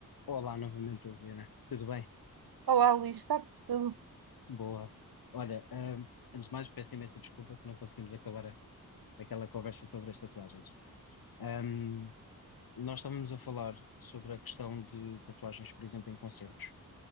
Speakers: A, on the left; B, on the right.
A: Olá novamente, Liliana. Tudo bem?
B: Olá, Luís, está tudo.
A: Boa. Olha, ahm, antes de mais, peço imensa desculpa que não conseguimos acabar a- aquela conversa sobre as tatuagens. Ahm, nós estávamos a falar sobre a questão de tatuagens, por exemplo, em concertos.